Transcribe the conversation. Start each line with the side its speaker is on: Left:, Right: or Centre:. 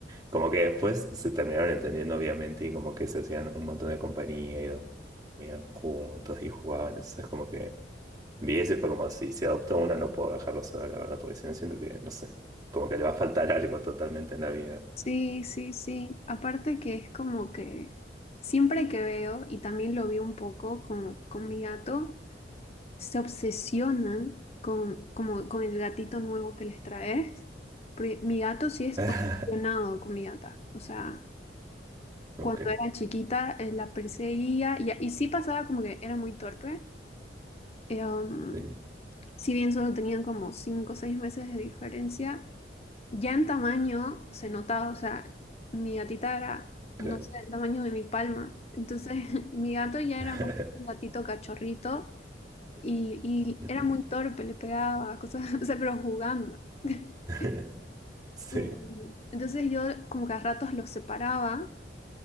Right: como que después se terminaron entendiendo obviamente y como que se hacían un montón de compañía y dormían juntos y jugaban, entonces como que vi eso y fue como si, si adopto una no puedo dejarlo sola, la verdad, porque si no siento que, no sé, como que le va a faltar <laughs> algo totalmente en la vida.
Left: Sí, sí, sí. Aparte que es como que siempre que veo, y también lo vi un poco con, con mi gato, se obsesionan con, como, con el gatito nuevo que les traes. Porque mi gato sí es
Right: <laughs>
Left: obsesionado con mi gata. O sea,
Right: Ok,
Left: cuando era chiquita, eh, la perseguía y, y sí pasaba como que era muy torpe. Eh, um,
Right: sí,
Left: si bien solo tenían como 5 o 6 meses de diferencia, ya en tamaño se notaba, o sea, mi gatita era,
Right: claro.
Left: no sé, el tamaño de mi palma. Entonces, <laughs> mi gato ya
Right: <laughs>
Left: era más un gatito cachorrito y, y
Right: Ujú.
Left: era muy torpe, le pegaba, cosas, <laughs> o sea, pero jugando. <laughs>
Right: <laughs> Sí.
Left: Y Entonces yo como que a ratos los separaba